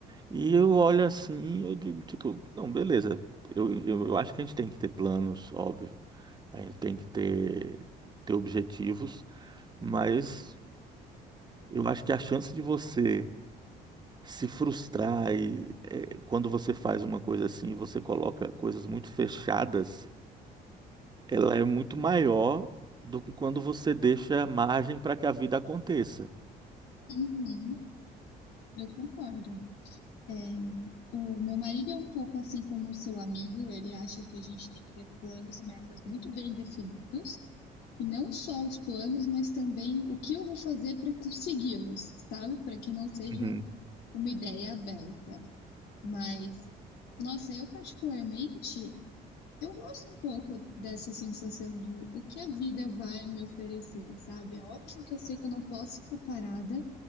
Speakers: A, on the right; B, on the left.
A: E eu olho assim, eu digo, tipo, não, beleza. Eu, eu, eu acho que a gente tem que ter planos, óbvio. A gente tem que ter, ter objetivos, mas eu acho que a chance de você se frustrar e, eh, quando você faz uma coisa assim, você coloca coisas muito fechadas, ela é muito maior do que quando você deixa margem para que a vida aconteça.
B: Uhum, eu concordo. É, o meu marido é um pouco assim como o seu amigo, ele acha que a gente tem que ter planos e metas muito bem definidos, e não só os planos, mas também o que eu vou fazer para consegui-los, sabe? Para que não seja
A: Uhum.
B: uma ideia aberta. Mas, nossa, eu particularmente. Eu gosto um pouco dessa sensação de o que a vida vai me oferecer, sabe? É óbvio que eu sei que eu não posso ficar parada